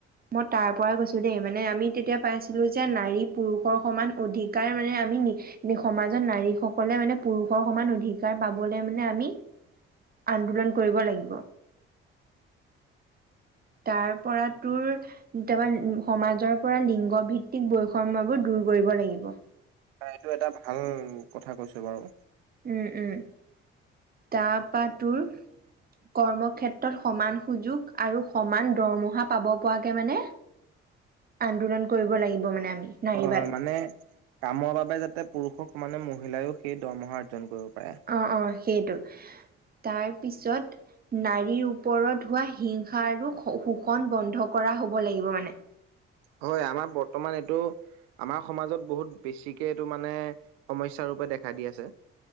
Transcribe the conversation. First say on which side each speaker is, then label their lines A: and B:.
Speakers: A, on the right; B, on the right.
A: মই তাৰ। পৰা গৈছোঁ দেই। মানে, আমি তেতিয়া পাইছিলোঁ যে নাৰী পুৰুষৰ সমান অধিকাৰ কাৰ মানে আমি সমাজৰ নাৰীসকল সকলে মানে পুৰুষৰ সমান অধিকাৰ পাবলৈ মানে আমি, আন্দোলন কৰিব লাগিব। তাৰ পৰা তোৰ, তাৰপৰা সমাজৰ পৰা লিংগভিত্তিক বৈষম্যবোৰ দূৰ কৰিব লাগিব।
B: এইটো এটা ভাল কথা কৈছো বাৰু!
A: উম উম। তাৰপা তোৰ, কৰ্মক্ষেত্ৰত সমান সুযোগ আৰু সমান দৰমহা পাব পৰাকে মানে, আন্দোলন কৰিব লাগিব মানে আমি। নাৰীবাদ
B: হয় হয় মানে, কামৰ বাবে যাতে পুৰুষক। মানে মহিলায়ো সেই দৰমহা অৰ্জন কৰিব। পাৰে।
A: অ' অ' সেইটো। তাৰপিছত নাৰীৰ। ওপৰত হোৱা হিংসা আৰু শোষ কণ বন্ধ কৰা হ'ব লাগিব মানে।
B: হয় আমাৰ বৰ্তমান এইটো, আমাৰ সমাজত বহুত বেছিকে এইটো মানে সমস্যাৰ ৰূপে দেখা দি আছে।